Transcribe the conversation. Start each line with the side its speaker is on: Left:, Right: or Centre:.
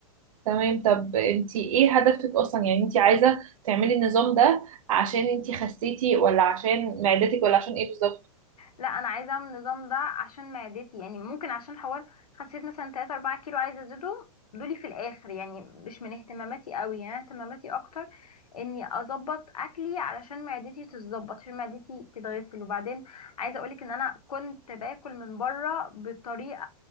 Right: تمام طب انتي ايه هدفك اصلا يعني انتي عايزة تعملي النظام ده عشان انتي خسيتي ولا عشان معدتك ولا عشان ايه بالظبط
Left: لا انا عايزه اعمل النظام ده عشان معدتي يعني ممكن عشان حوار خسيت مثلا 3 4 كيلو عايزه ازيدهم دولي في الاخر يعني مش من اهتماماتي قوي يعني اهتماماتي اكتر اني اظبط اكلي علشان معدتي تتظبط عشان معدتي تتغسل وبعدين عايزه اقولك ان انا كنت باكل من بره بطريقه